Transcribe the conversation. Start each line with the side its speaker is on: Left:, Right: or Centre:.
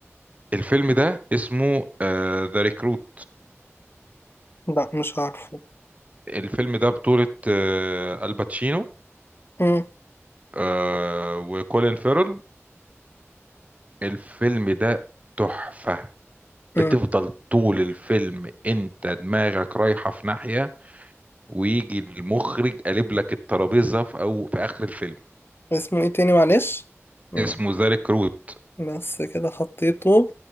Right: الفيلم ده اسمه ذا ريكروت
Left: لا مش عارفه
Right: الفيلم ده بطوله آه، الباتشينو
Left: مم،
Right: آه، وكولين فيرل الفيلم ده تحفه
Left: مم.
Right: بتفضل طول الفيلم انت دماغك رايحه في ناحيه ويجي المخرج قالب لك الترابيزه في او في اخر الفيلم
Left: اسمه ايه تاني معلش مم.
Right: اسمه ذا ريكروت
Left: بس كده حطيته